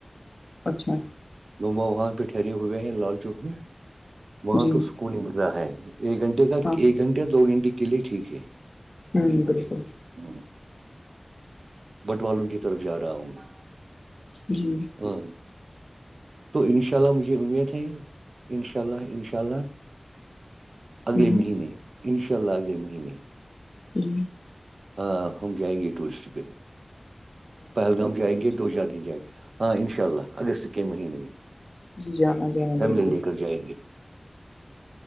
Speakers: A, on the left; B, on the right.
A: اچھا
B: ما وہاں پہ ٹھہرے ہوئے ہیں لال چوک میں وہاں
A: جی
B: تو سکون ہی مل رہا ہے ایک گھنٹے کا
A: ہاں
B: ایک گھنٹے دو گھنٹے کے لیے ٹھیک ہے
A: ہوں بالکل
B: ہ بٹوالوں کی طرف جا رہا ہوں میں
A: جی
B: او تو ان شاء اللہ مجھے امید ہے ان شاء اللہ انشاء اللہ اگلے
A: ہوں
B: مہینے انشاء اللہ اگلے مہینے
A: جی
B: ہاں ہم جائیں گے ٹورسٹ پہ پہلگام جائےیں گے دو چار دن جائے گے ہاں ان شاء اللہ اگست کے مہینے میں
A: جی جانا جانا
B: فیملن
A: بالکل
B: لے کر جائیں گے